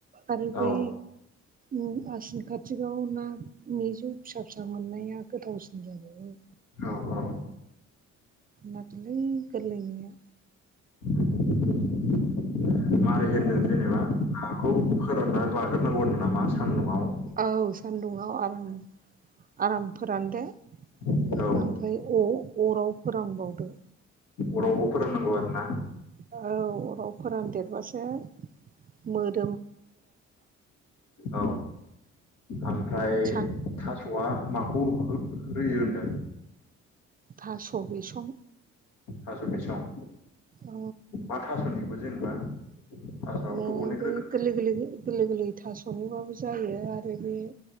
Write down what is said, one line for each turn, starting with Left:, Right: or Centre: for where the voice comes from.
Right: आरो
Left: औ
Right: बै उम आसिन खाथिगाव ना मिजौ फिसा फिसा मोननाया गोथावसिन जाबावो
Left: औव औव
Right: नाथुरलै गोरलैनिया
Left: <unintelligible> मारै होनदों जेनेबा नाखौ फोरानना लाग्रोनांगौ होनदों नामा सानदुंआव
Right: औव सान्दुंआव आराम आराम फोरानदो ओमफ्राय
Left: औ
Right: अ अराव फोरानबावदो
Left: अरावबो फोरोंनांगौ आरो ना
Right: औव अराव फोरानदेरबासो मोदो
Left: औव ओमफ्राय
Right: सा
Left: थास'आ माखौ हो होयो होनदों
Right: थास' बिसं
Left: थास' बिसं
Right: औ
Left: मा थास'निबो जेनेबा थास'आबोथ'
Right: बे
Left: अनेक रोखोम
Right: गोरलै गोरलै गोरलै गोरलै थास'निबाबो जायो आर फाय बे